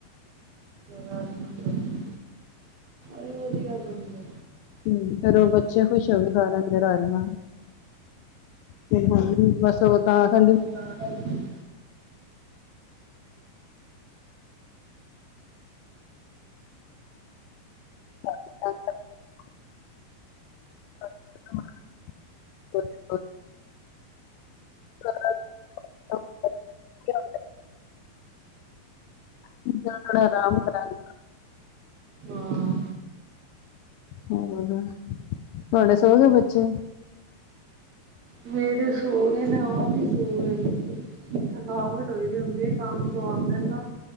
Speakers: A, on the right; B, on the left.
A: ਰਾਜਮਾ <unintelligible> ਇਈ ਵਧੀਆ ਬਣਦੇ।
B: ਹਂ, ਫਿਰ ਉਹ ਬੱਚੇ ਖੁਸ਼ ਹੋ ਕੇ ਖਾ ਲੈਂਦੇ ਰਾਜਮਾਂ। ਤੇ ਹੁਣ ਬਸ ਓਦਾਂ ਕਹਿੰਦੀ।
A: ਤਾਂ <unintelligible>
B: <inaudible> <inaudible> <inaudible> <unintelligible> ਆਰਾਮ ਕਰਾਂਗੀ।
A: ਹਾਂ।
B: ਹੋਰ, ਤੁਹਾਡੇ ਸੌ ਗੇ ਬੱਚੇ
A: ਮੇਰੇ ਸੋ ਗਏ ਨੇਂ ਆਪ ਈ। <unintelligible> ਥਕਾਵਟ ਹੋ ਦੀ ਹੁੰਦੀ ਕੰਮ ਤੋਂ ਆਂਦੇ ਨਾਂ।